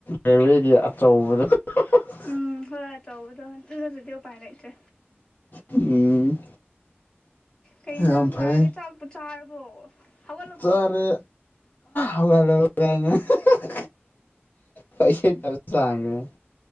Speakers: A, on the left; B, on the left.
A: ꯔꯦꯜꯋꯦꯒꯤ ꯑꯆꯧꯕꯗꯣ <unintelligible>
B: ꯎꯝ ꯍꯣꯏ ꯆꯥꯎꯧꯕꯗꯣ ꯑꯗꯨꯁꯨꯗꯤ ꯎꯄꯥꯏ ꯂꯩꯇ꯭ꯔꯦ
A: ꯎꯝ
B: ꯀꯩ ꯌꯦꯟꯁꯥꯡ
A: ꯌꯥꯝ ꯐꯩ
B: ꯆꯥꯔꯒꯦ ꯆꯥꯛꯄꯨ ꯆꯥꯔꯕꯣ ꯍꯧꯒꯠꯂꯕꯣ
A: ꯆꯥꯔꯦ ꯗꯧꯒꯠꯂꯒ <unintelligible> ꯄꯩꯁꯦ ꯇ ꯆꯥꯡꯉꯦ <unintelligible>